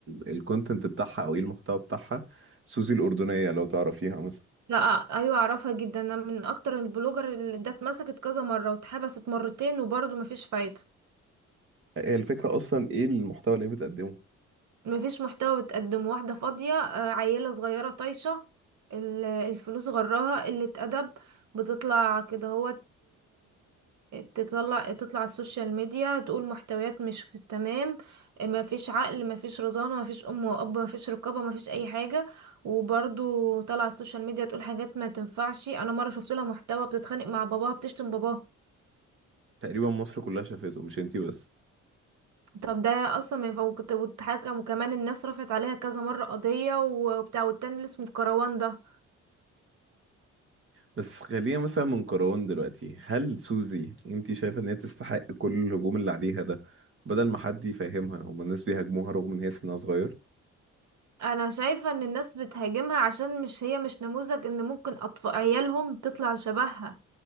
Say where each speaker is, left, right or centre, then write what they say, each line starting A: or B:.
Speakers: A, on the right (about 45°); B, on the right (about 70°).
A: الكونتنت بتاعها او ايه المحتوى بتاعها سوزي الاردنيه لو تعرفيها مثلا
B: لا ايوه اعرفها جدا انا من اكتر البلوجر اللي ده اتمسكت كذا مرة واتحبست مرتين وبرضه مفيش فايدة
A: هي الفكره اصلا ايه المحتوى اللي هي بتقدمه
B: مفيش محتوى بتقدمه واحدة فاضية آه، عيلة صغيرة طايشة ال- الفلوس غراها قلة أدب بتطلع كده هو تطلع تطلع على السوشيال ميديا تقول محتويات مش تمام مفيش عقل مفيش رزانة مفيش أم وأب مفيش رقابة مفيش أي حاجة وبرضو طالعة على السوشيال ميديا تقول حاجات ما تنفعش أنا مرة شفت لها محتوى بتتخانق مع باباها بتشتم باباها
A: تقريبا مصر كلها شافته مش انتي بس
B: طب ده اصلا ما ينفع وكت- واتحكم وكمان الناس رفعت عليها كذا مرة قضية وبتاع والتاني اللي اسمه في كروان ده
A: بس خلينا مثلا من كروان دلوقتي هل سوزي انتي شايفه ان هي تستحق كل الهجوم اللي عليها ده بدل ما حد يفهمها هما الناس بيهاجموها رغم ان هي سنها صغير
B: انا شايفة ان الناس بتهاجمها عشان مش هي مش نموذج ان ممكن اطفال عيالهم تطلع شبهها